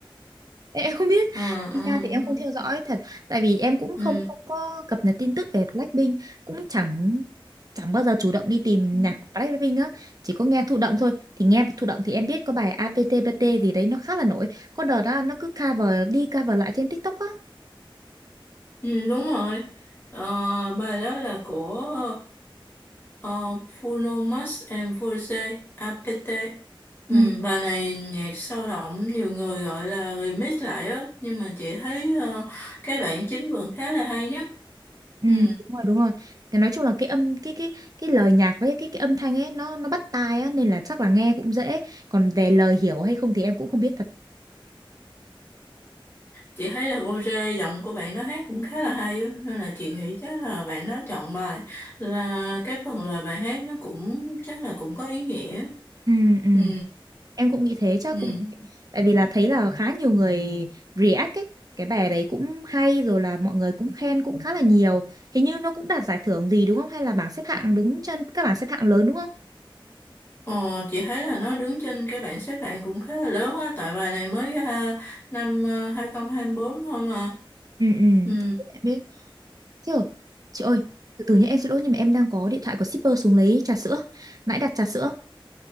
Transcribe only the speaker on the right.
Em em không biết
Thực
ra thì em không theo dõi thật Tại vì em cũng
không, không có cập nhật tin tức về Blackpink Cũng chẳng chẳng bao giờ chủ động đi tìm
nhạc của Blackpink á Chỉ có nghe thụ động thôi Thì nghe thụ động thì em biết có bài APTPT gì đấy nó khá là nổi Có đợt đó nó cứ cover đi cover lại trên TikTok á
Ừ,
ừ,
đúng rồi đúng rồi cái nói chung là cái âm cái cái cái lời nhạc với cái cái âm thanh ấy nó nó bắt tai á nên là chắc là nghe cũng dễ còn về lời hiểu hay không thì em cũng không biết thật
ừ ừ
Em cũng nghĩ thế chắc
cũng tại vì là thấy là khá nhiều người react ấy. Cái bài đấy cũng hay rồi là mọi người cũng khen cũng khá là nhiều. Hình như nó cũng đạt giải thưởng gì đúng không? Hay là bảng xếp hạng đứng trên các bảng xếp hạng lớn đúng không?
Ừ ừ.
Em biết. Chứ rồi. Chị ơi, từ từ nhé em xin lỗi nhưng mà em đang có điện thoại của shipper xuống lấy trà sữa. Nãy đặt trà sữa.